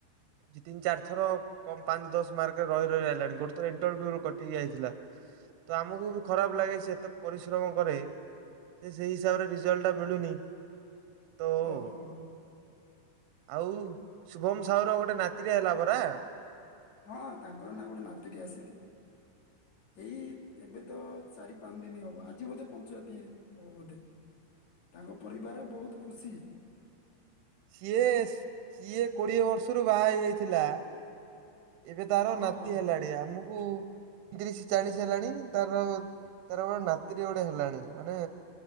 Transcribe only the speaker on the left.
ଓହୋ
ହଁ ତାଙ୍କର ନାଁ ଗୋଟେ ନାତିଟେ ଆସିଲେ, ଏଇ ଏବେ ତ ଚାରି ପାଞ୍ଚ ଦିନ ହବ, ଆଜି ବୋଧେ ପଞ୍ଚୁଆତି ହବ ବୋଧେ ତାଙ୍କ ପରିବାରରେ ବହୁତ ଖୁସି।
ହଁ
ହଁ